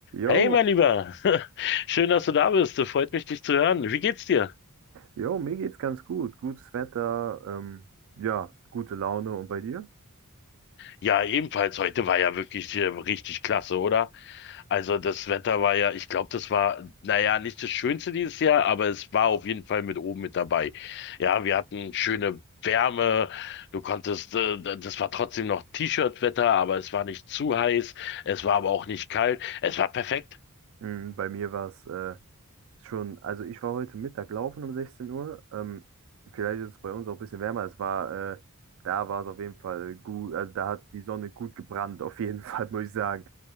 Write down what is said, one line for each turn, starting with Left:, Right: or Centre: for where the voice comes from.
Right: Jo,
Left: Hey, mein Lieber. <laughs> Schön, dass du da bist. Freut mich, dich zu hören. Wie geht's dir?
Right: jo, mir geht's ganz gut. Gutes Wetter, ähm, ja, gute Laune. Und bei dir?
Left: Ja, ebenfalls. Heute war ja wirklich äh, richtig klasse, oder? Also das Wetter war ja, ich glaube, das war, naja, nicht das Schönste dieses Jahr, aber es war auf jeden Fall mit oben mit dabei. Ja, wir hatten schöne Wärme. Du konntest, äh, das war trotzdem noch T-Shirt-Wetter, aber es war nicht zu heiß. Es war aber auch nicht kalt. Es war perfekt.
Right: Mm, bei mir war es äh, schon, also ich war heute Mittag laufen um 16 Uhr. Ähm, vielleicht ist es bei uns auch ein bisschen wärmer. Es war, äh, da war es auf jeden Fall gut, also da hat die Sonne gut gebrannt, auf jeden <laughs> Fall, muss ich sagen.